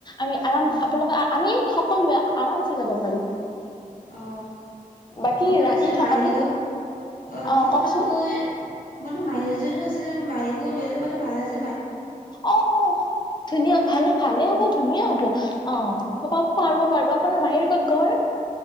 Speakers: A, on the left (about 30°); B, on the left (about 70°).
A: আমি আৰাম
B: উম,
A: আপোনালোকে আমি সকলোৱে আৰামছে, যাব পাৰিম।
B: অ।
A: বাকী
B: মোৰ মানে
A: ৰাতি
B: এজনী
A: থকাটো
B: মাহী ৰাতি
A: অ
B: থকাতো
A: কওকচোন
B: মোৰে মাহী এজনীও আছিল মাহী গ লৈ যাবলে ভাল আছে
A: অ অ ধুনীয়া ভালে ভালে হ'ব ধুনীয়া হ'ব অ পাব পাৰ পাৰিবা আপোনাৰ মাহীৰ কত ঘৰ?